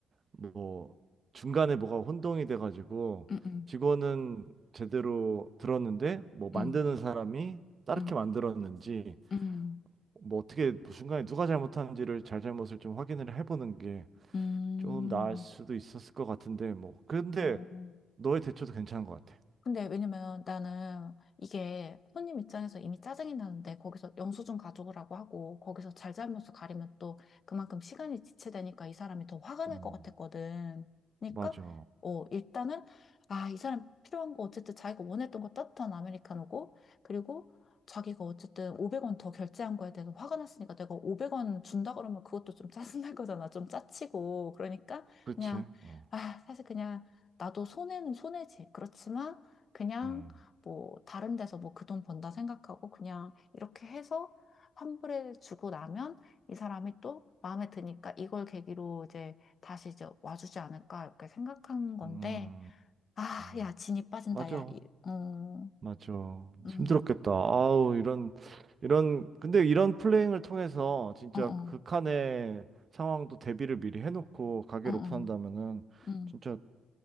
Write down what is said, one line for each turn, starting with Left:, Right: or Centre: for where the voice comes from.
Right: 뭐 중간에 뭐가 혼동이 돼가지고
Left: 응,
Right: 직원은 제대로 들었는데 뭐 만드는
Left: 응,
Right: 사람이 다르게
Left: 응,
Right: 만들었는지
Left: 응,
Right: 뭐 어떻게 중간에 누가 잘못하는지를 잘잘못을 좀 확인을 해보는 게
Left: 응, 음.
Right: 좀 나을 수도 있었을 것 같은데 뭐 근데
Left: 어.
Right: 너의 대처도 괜찮은 것 같아.
Left: 근데 왜냐면 나는 이게 손님 입장에서 이미 짜증이 나는데 거기서 영수증 가져오라고 하고 거기서 잘잘못을 가리면 또 그만큼 시간이 지체되니까 이 사람이 더 화가 날
Right: 음,
Left: 것 같았거든. 그러니까
Right: 맞아.
Left: 어 일단은 아 이 사람 필요한 거 어쨌든 자기가 원했던 거 따뜻한 아메리카노고 그리고 자기가 어쨌든 500원 더 결제한 거에 대해서 화가 났으니까 내가 500원 준다 그러면 그것도 좀 짜증날 거잖아. 좀 짜치고 그러니까
Right: 그렇지.
Left: 그냥
Right: 어.
Left: 아 사실 그냥 나도 손해는 손해지. 그렇지만 그냥
Right: 음.
Left: 뭐 다른 데서 뭐 그 돈 번다 생각하고 그냥 이렇게 해서 환불해 주고 나면 이 사람이 또 마음에 드니까 이걸 계기로 이제 다시 이제 와주지 않을까 이렇게 생각한 건데
Right: 음.
Left: 아,
Right: 음.
Left: 야, 진이 빠진다,
Right: 맞아.
Left: 야, 이, 어,
Right: 맞죠.
Left: 음,
Right: 힘들었겠다. 아우, 이런, 이런, 근데 이런 플레이잉을 통해서 진짜
Left: 어, 어,
Right: 극한의 상황도 대비를 미리 해놓고 가게
Left: 어, 어,
Right: 오픈한다면은
Left: 음.
Right: 진짜